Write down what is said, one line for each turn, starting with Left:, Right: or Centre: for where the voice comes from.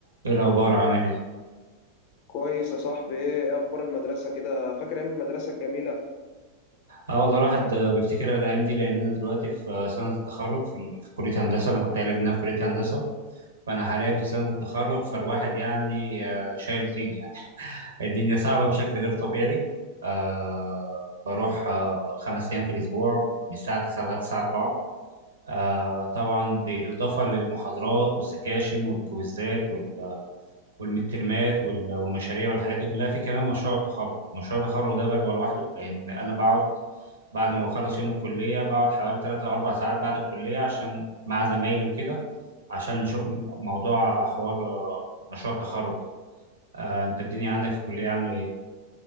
Right: ايه الاخبار عامل ايه
Left: كويس يا صاحبي ايه إيه اخبار المدرسه كده فاكر ايام المدرسه الجميله
Right: اه والله الواحد آه، بيفتكر الايام دي لان انا دلوقتي في آه، سنه التخرج في ال- في كليه هندسه انا كنت قايل لك ان انا في كليه هندسه فانا حاليا في سنه التخرج فالواحد يعني آه، شايل طين يعني الدنيا صعبه بشكل غير طبيعي أه بروح أه خمس ايام في الاسبوع من الساعه 9 لغايه الساعه 4 أه طبعا بالاضافه للمحاضرات والسكاشن والكويزات وال- والمترمات وال- والمشاريع والحاجات دي كلها في كمان مشروع التخرج مشروع التخرج ده بلوى لوحده لان انا بقعد بعد ما بخلص يوم الكلية بقعد حوالي تلات أو أربع ساعات بعد الكلية عشان مع زمايلي وكده عشان نشوف م- موضوع حوار آه، مشروع التخرج ده آه، أنت الدنيا عندك في الكلية عاملة إيه؟